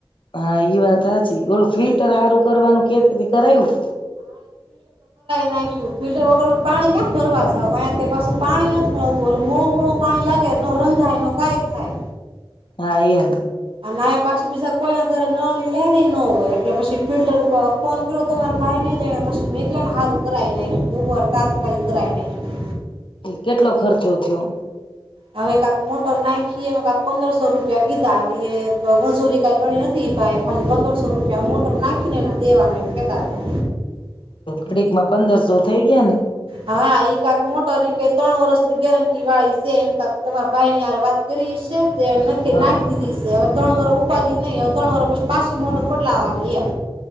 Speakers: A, on the left (about 70°); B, on the right (about 80°).
A: હા ઈ વાત હચી ઓલો ફીલ ટર સારું કરવાનું કેતીથી કરાયું?
B: નાખું ફિલ્ટર વગર પાણી ક્યાં ભરવા જાવ પાછું પાણી નથી મળતું ઓલું મોળું મોળું પાણી લાગે ન રંધાય ન કઈ થાય.
A: હા એ
B: અને પાછી પીસા કોઈના ઘરે નની લે નઈ ન હોય એટલે પછી ફિલ્ટર ફોન કર તમારે ભાઈ નઈ જાય ને પછી મે એકને સારું કરાય નાખ બુવાર તાત્કાલિક કરાઈ નાયખૂ.
A: કેટલો ખર્ચો થયો?
B: હવે કાક મોટર નાખી કાક પંદરસો રૂપિયા કીતા એસોરી ક ગણી નથી એ ખાલી પંદરસો રૂપિયા મોટર નાખીને દેવાના એ કેતા. હતા
A: લડીકમાં પંદરસો. થઈ ગયા ને
B: હા એક આક મોટો કે ત્રણ વર્ષની ગેરંટી વાળી છે એમ ત તમારા ભાઈ નીરે વાત કરી છે. તે નખી
A: હા
B: નાખી દીધી છે અવે ત્રણ વર ઉપાજ નહીં ત્રણ વર પછી પાછી મોટર બદલાવાની એમ.